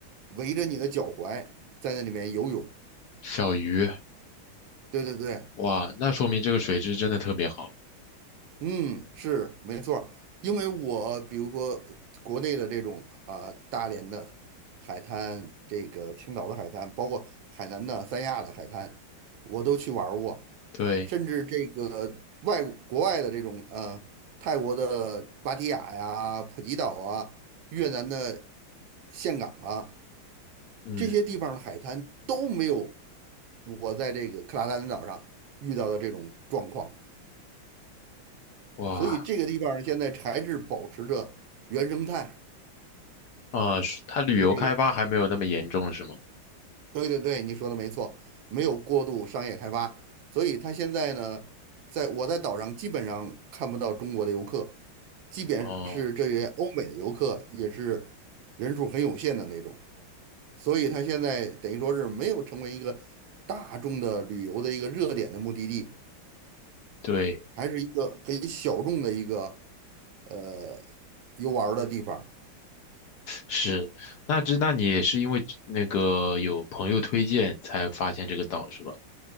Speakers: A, on the right; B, on the left.
A: 围着你的脚踝在那里面游泳。
B: 小鱼，
A: 对对对，
B: 哇，那说明这个水质真的特别好。
A: 嗯，是没错儿因为我比如说国内的这种啊、大连的海滩，这个青岛的海滩，包括海南的三亚的海滩，我都去玩儿过，
B: 对，
A: 甚至这个外国外的这种呃泰国的芭提雅呀、普吉岛啊、越南的岘港啊
B: 嗯，
A: 这些地方的海滩都没有我在这个克拉丹岛上遇到的这种状况。
B: 哇，
A: 所以这个地方儿现在还是保持着原生态，
B: 啊，是它旅游开发还没有那么严重是吗？
A: 一个这个，对对对，你说的没错，没有过度商业开发，所以它现在呢，在我在岛上基本上看不到中国的游客，即便是这些欧美的游客，
B: 哦，
A: 也是人数很有限的那种，所以它现在等于说是没有成为一个大众的旅游的一个热点的目的地，
B: 对，
A: 还是一个很小众的一个呃游玩儿的地方。
B: 是，那这那你也是因为那个有朋友推荐才发现这个岛是吧？